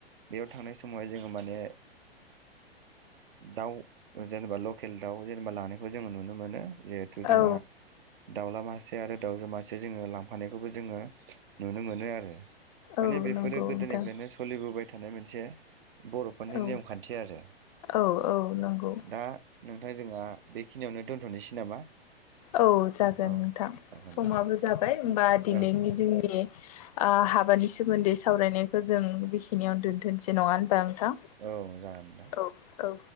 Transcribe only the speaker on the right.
बेयाव थांनाय समावहाय जोङो माने दाउ जेनेबा लकेल दाउ जेनेबा लानायखौ जोङो नुनो मोनो। जिहेथु जोंहा
दाउला मासे आरो दावजो मासे जोङो लांफानायखौबो जोङो नुनो मोनो आरो माने
बेफोरो
गोदोनिफ्रायनो सोलिबोबाय थानाय मोनसे बर'फोरनि
नेम खान्थि आरो।
दा नोंथां जोंहा बेखिनियावनो दोन्थ'नोसै नामा?
औ
जागोन
दे
औ
औ जागोन दे